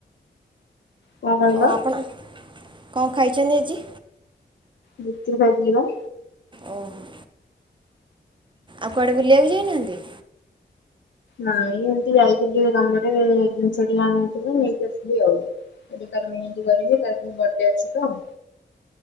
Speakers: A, on the left; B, on the right.
A: କଣ କହିଲ
B: ଓ ଆପଣ କଣ ଖାଇଛନ୍ତି ଆଜି।
A: ଗୁପଚୁପ ଖାଇଥିଲି ବା।
B: ଓହୋ। ଆଉ କୁଆଡେ ବୁଲିବାକୁ ଯାଇନାହାଁନ୍ତି।
A: ନାଇଁ ଏମତି ଯାଇଥିଲି ଟିକେ କାମରେ, ଜିନିଷ ଟିକେ ଆଣିବା ପାଇଁ ନେଇକି ଆସିଲି ଆଉ। ଏବେ ତାର ମେହେନ୍ଦି କରିବି, ତାର କାଲି ବର୍ଥଡେ ଅଛି ତ।